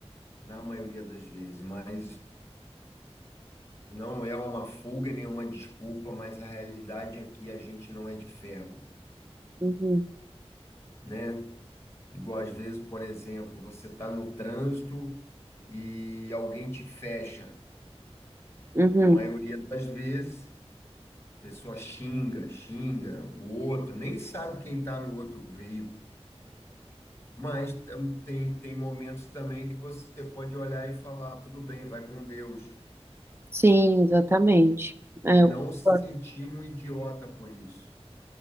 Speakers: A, on the left; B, on the right.
A: na maioria das vezes, mas não é uma fuga nem uma desculpa, mas a realidade é que a gente não é de ferro,
B: Uhum,
A: né? Igual às vezes, por exemplo, você está no trânsito e alguém te fecha.
B: uhum.
A: A maioria das vezes, a pessoa xinga, xinga o outro, nem sabe quem está no outro veículo. Mas tam- tem, tem momentos também que você pode olhar e falar, tudo bem, vai com Deus.
B: Sim, exatamente. É,
A: E não
B: eu
A: se
B: concordo.
A: sentir um idiota por isso.